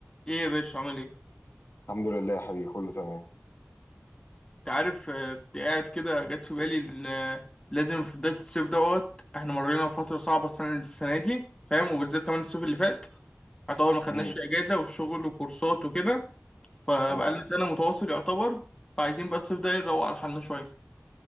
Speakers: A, on the left; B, on the left.
A: ايه يا باشا عامل ايه
B: الحمد لله يا حبيبي كله تمام
A: انت عارف آه، كنت قاعد كده جت في بالي ان آه، لازم في بداية الصيف دوت احنا مرينا بفترة صعبة السنة السنة دي فاهم وبالذات كمان الصيف اللي فات يعتبر ما خدناش
B: امم
A: فيه اجازة والشغل وكورسات وكده فبقالنا
B: اه
A: سنة متواصل يعتبر فعايزين بقى الصيف ده نروق على حالنا شوية